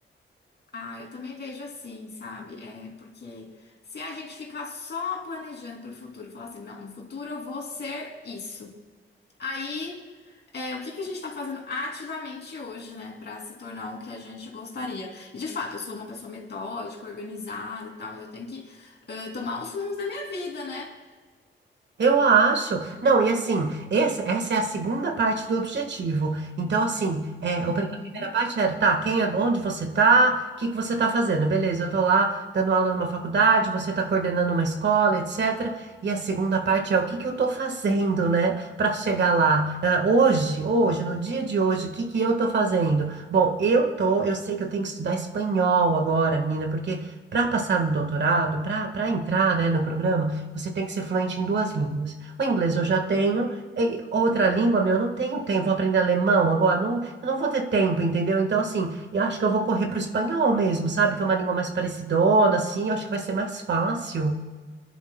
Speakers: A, on the left (about 55°); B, on the right (about 60°).
A: Ah, eu também vejo assim, sabe? É porque se a gente ficar só planejando para o futuro, falar assim, não, no futuro eu vou ser isso. Aí, é, o que que a gente está fazendo ativamente hoje, né, para se tornar o que a gente gostaria? E de fato, eu sou uma pessoa metódica, organizada e tal, mas eu tenho que eh, tomar os rumos da minha vida, né?
B: Eu acho. Não, e assim, esse- essa é a segunda parte do objetivo. Então, assim, é,
A: Uhum.
B: o pri- a primeira parte era, tá, quem é, onde você tá, o que que você tá fazendo? Beleza, eu tô lá dando aula numa faculdade, você tá coordenando uma escola, etc. E a segunda parte é o que que eu tô fazendo, né, para chegar lá. É, hoje, hoje, no dia de hoje, o que que eu tô fazendo? Bom, eu tô, eu sei que eu tenho que estudar espanhol agora, menina, porque para passar no doutorado, para para entrar, né, no programa você tem que ser fluente em duas línguas. O inglês eu já tenho,
A: Hum.
B: e outra língua, meu, eu não tenho tempo. Vou aprender alemão agora, não, eu não vou ter tempo, entendeu? Então, assim, eu acho que eu vou correr pro espanhol mesmo, sabe? Que é uma língua mais parecidona, assim, eu acho que vai ser mais fácil.